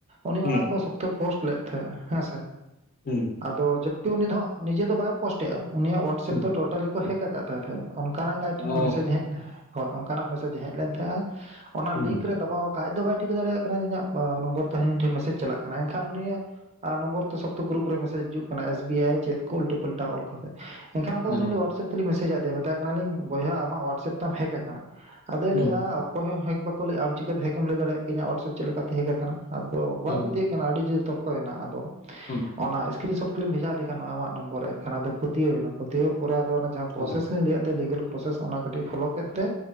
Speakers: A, on the right (about 30°); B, on the left (about 40°).
A: ᱩᱱᱤ
B: ᱦᱩᱸ
A: ᱚᱱᱟ ᱠᱚ ᱥᱚᱠᱛᱚᱭ ᱯᱳᱥᱴ ᱞᱮᱫ ᱛᱟᱦᱮᱸᱱᱟ ᱦᱮᱸᱥᱮ
B: ᱦᱩᱸ
A: ᱟᱫᱚ ᱩᱱᱤ ᱫᱚ ᱱᱤᱡᱮ ᱫᱚ ᱵᱟᱭ ᱯᱳᱥ ᱮᱼᱟ ᱩᱱᱤᱭᱟᱜ ᱦᱣᱟᱴᱥᱮᱯ
B: ᱦᱩᱸ
A: ᱫᱚ ᱴᱳᱴᱟᱞᱤ ᱠᱚ ᱦᱮᱠ ᱟᱠᱟᱫ ᱛᱟᱭ ᱛᱟᱦᱮᱸᱫ ᱚᱱᱠᱟᱱᱟᱜ ᱠᱟᱭ ᱴᱷᱮᱱ
B: ᱚ
A: ᱢᱮᱥᱡᱽ ᱦᱮᱡ ᱦᱳᱭ ᱚᱱᱠᱟᱱᱟᱜ ᱢᱮᱥᱡᱽ ᱦᱮᱡ ᱞᱮᱱ ᱛᱟᱦᱮᱸᱜᱼᱟ ᱚᱱᱟ ᱞᱤᱝᱠ
B: ᱦᱩᱸ
A: ᱨᱮ ᱫᱟᱵᱟᱣ ᱟᱡ ᱫᱚ ᱵᱟᱭ ᱴᱷᱤᱠᱟᱹ ᱫᱟᱲᱮᱭᱟᱜ ᱠᱟᱱᱟ ᱤᱧᱟᱹᱜ ᱱᱚᱢᱵᱚᱨ ᱛᱮᱤᱧ ᱴᱷᱮᱱ ᱢᱮᱥᱮᱡ ᱪᱟᱞᱟᱜ ᱠᱟᱱᱟ ᱮᱱᱠᱷᱟᱱ ᱩᱱᱟᱜ ᱱᱚᱢᱵᱚᱨ ᱥᱚᱠ ᱜᱨᱩᱯ ᱨᱮ ᱢᱮᱥᱮᱡᱽ ᱦᱤᱡᱩᱜ ᱠᱟᱱᱟ ᱮᱥ ᱵᱤ ᱟᱭ ᱪᱮᱫ ᱠᱚ ᱩᱞᱴᱟᱹ ᱯᱟᱞᱴᱟᱣ ᱚᱞ ᱠᱟᱛᱮ ᱮᱱᱠᱷᱟᱱ ᱟ
B: ᱚ
A: ᱩᱱᱤ ᱞᱳᱴᱮᱯ ᱛᱮᱞᱤᱧ ᱢᱮᱥᱮᱡᱟᱫᱮᱭᱟ ᱢᱮᱛ ᱠᱟᱱᱟᱞᱤᱧ ᱵᱚᱭᱟ ᱟᱟᱜ ᱦᱣᱟᱴᱥᱮᱯ ᱛᱟᱢ ᱦᱮᱠ ᱟᱠᱟᱱᱟ ᱟᱫᱚᱭᱟᱹᱭᱼᱟ
B: ᱦᱩᱸ
A: ᱚᱠᱚᱭ ᱦᱚᱸ ᱦᱮᱠ ᱵᱟᱠᱚ ᱞᱟᱹᱭᱼᱟ ᱟᱢ ᱪᱤᱠᱟᱹᱛᱮ ᱦᱮᱠ ᱮᱢ ᱞᱟᱹᱭ ᱫᱟᱲᱮᱭᱟᱜ ᱠᱤᱧᱟᱹᱜ ᱦᱣᱟᱴᱥᱮᱯ ᱪᱮᱫ ᱞᱮᱠᱟᱛᱮ ᱦᱮᱠ ᱟᱠᱟᱱᱟ ᱟᱫᱚ ᱵᱟᱭ
B: ᱦᱩᱸ
A: ᱯᱟᱹᱛᱭᱟᱹᱜ ᱠᱟᱱᱟ ᱟᱹᱰᱤ ᱡᱳᱨ ᱛᱚᱨᱠᱚᱚᱭᱮᱱᱟ ᱟᱫᱚ
B: ᱦᱩᱸ
A: ᱚᱱᱟ ᱥᱤᱥᱠᱨᱤᱱ ᱥᱚᱴ ᱞᱤᱢ ᱵᱷᱮᱡᱟ ᱠᱮᱫᱮᱟᱱᱜ ᱟᱟᱜ ᱱᱚᱢᱵ ᱮᱱᱠᱷ ᱟᱫᱚᱟᱹᱛᱭᱟᱹᱣᱱᱟ ᱯᱟᱹᱛᱟᱹᱣ ᱯᱮ ᱟᱫᱚ ᱚᱱᱟ ᱡᱟᱦᱟᱸ ᱯᱨᱚᱥᱮᱥ
B: ᱚ
A: ᱞᱤᱧ ᱞᱭᱟᱮᱭᱟ ᱞᱤᱜᱮᱞ ᱯᱨᱚᱥᱮᱥ ᱚᱱᱟ ᱠᱟᱹᱴᱤᱡ ᱯᱷᱚᱞᱳ ᱠᱮᱫ ᱛᱮ